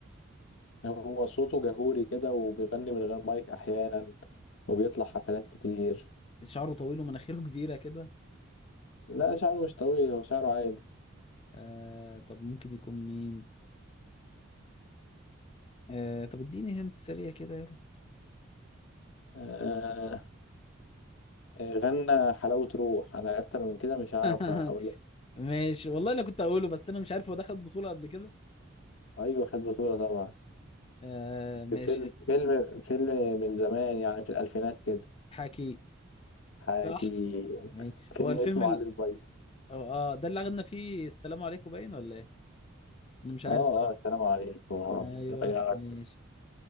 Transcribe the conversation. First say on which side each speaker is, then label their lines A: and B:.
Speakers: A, on the left; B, on the left.
A: هو صوته جهوري كده وبيغني من غير مايك احيانا وبيطلع حفلات كتير
B: شعره طويل ومناخيره <laughs> كبيرة كده
A: لا شعره مش طويل هو شعره عادي
B: آه طب ممكن يكون مين آه طب اديني هنت سريع كده يلا
A: آه آه، غنى حلاوة روح انا اكتر من كده مش هعرف
B: <laughs>
A: اقول لك
B: ماشي والله انا كنت اقوله بس انا مش عارف هو ده خد بطولة قبل كده
A: ايوه خد بطولة طبعا
B: آه ماشي
A: في فيلم فيلم فيلم من زمان يعني في الالفينات كده
B: حكي
A: حكي
B: صح ماشي
A: فيلم
B: هو الفيلم
A: اسمه
B: ال...
A: علي سبايسي
B: هو- اه ده اللي اخدنا فيه السلام عليكم باين ولا ايه انا مش عارف
A: اه
B: صراحة
A: اه السلام عليكم
B: ايوه
A: يا
B: ماشي